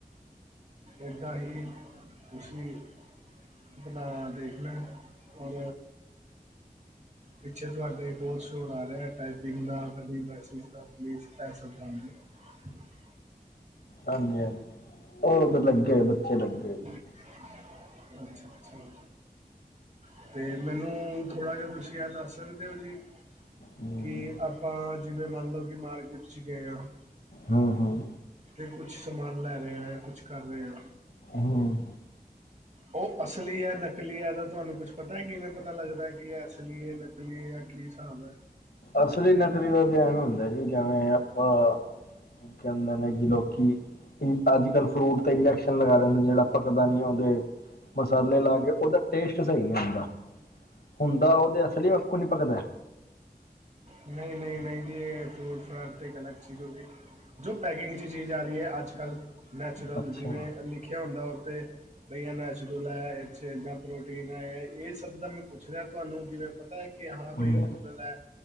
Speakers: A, on the right; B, on the left.
A: ਏਦਾਂ ਹੀ, ਤੁਸੀਂ ਆਪਨਾ ਦੇਖਣਾ, ਔਰ ਪਿੱਛੇ ਤੁਹਾਡੇ ਬਹੁਤ ਸ਼ੋਰ ਆ ਰਿਹਾ, ਟਾਈਪੀੰਗ ਦਾ ਕਦੀ ਮੈਸੇਜ ਦਾ ਪਲੀਜ਼ ਪੈਸਾ ਦੇ ਦਿਓ। <inaudible>
B: ਹਾਂਜੀ, ਹਾਂਜੀ! ਉਹ ਤੇ ਲੱਗੇ ਹੋਏ, ਬੱਚੇ, ਬੱਡੇ ਜੀ।
A: ਅੱਛਾ-ਅੱਛਾ! ਅਤੇ ਮੈਨੂੰ, ਥੋੜ੍ਹਾ ਜਿਹਾ ਤੁਸੀਂ ਇਹ ਦੱਸ ਸਕਦੇ ਹੋ, ਜੀ?
B: ਹੂੰ
A: ਕਿ, ਆਪਾਂ ਜਿਵੇਂ ਮੰਨ ਲਓ ਕਿ ਮਾਰਕੀਟ'ਚ ਗਏ ਹਾਂ।
B: ਹੂੰ ਹੂੰ
A: ਤੇ ਕੁਛ ਸਮਾਨ ਲੈ ਰਹੇ ਆ, ਯਾ ਕੁਛ ਕਰ ਰਹੇ ਹਾਂ।
B: ਹੂੰ
A: ਉਹ ਅਸਲੀ ਹੈ, ਨਕਲੀ ਹੈ, ਤਾਂ ਤੁਹਾਨੂੰ ਕੁੱਛ ਪਤਾ ਕਿਵੇਂ ਪਤਾ ਲੱਗਦਾ? ਕਿ, ਅਸਲੀ ਹੈ ਨਲੀ ਕੀ ਐ, ਕੀ ਹਿਸਾਬ ਹੈ?
B: ਅਸਲੀ ਨਕਲੀ ਦਾ, ਤ, ਐਵੇ ਹੁੰਦਾ ਜੀ, ਜਿਵੇਂ, ਆਪਾਂ ਕਹਿੰਦੇ ਨੇ ਕੀ ਲੋਕੀ, ਇ ਅੱਜ-ਕੱਲ ਫਰੂਟ ਤੇ, ਇੰਡਕਸ਼ਨ ਲਗਾ ਦਿੰਦੇ ਜਿਹੜਾ ਪਕਦਾ ਨੀ ਆਉਂਦੇ ਮਸਾਲੇ ਲਾਕੇ ਉਹਦਾ ਟੇਸਟ ਸਹੀ ਨਹੀਂ ਹੁੰਦਾ। ਹੁੰਦਾ, ਉਹਦੇ ਅਸਲੀ ਵਕੂ ਨੀ ਭਕਦਾ
A: ਨਹੀਂ, ਨਹੀਂ, ਨਹੀਂ ਜੀ, ਏ, ਫਰੂਟ- ਫਰਾਟ ਤੇ, ਇੱਕ ਅਲਗ ਚੀਜ਼ ਹੋਗੀ। ਜੋ ਪੈਕਿੰਗ 'ਚ ਚੀਜ਼ ਆ ਰਹੀ ਹੈ, ਅੱਜ-ਕੱਲ ਨੈਚੁਰਲ
B: ਅੱਛਾ
A: ਜਿਵੇਂ, ਲਿਖਿਆ ਹੁੰਦਾ ਉਹਤੇ ਬਈ ਆ ਨੈਚਰਲ ਐ, ਇਹ'ਚ ਇੱਨਾ ਪ੍ਰੋਟੀਨ ਆ, ਇਹ ਸਭ ਤਾ ''ਮੈਂ ਪੁੱਛ ਰਿਹਾ ਤੁਹਾਨੂੰ, ਜਿਵੇਂ ਪਤਾ ਹੈ ਕਿ, ਹਾਂ
B: ਹੂੰ
A: ਬਾਈ ਓਰੀਜਨਲ ਐ,